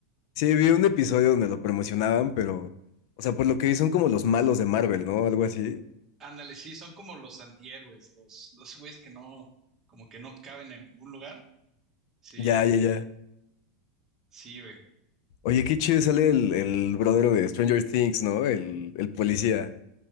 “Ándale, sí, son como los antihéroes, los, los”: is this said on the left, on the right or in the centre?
Right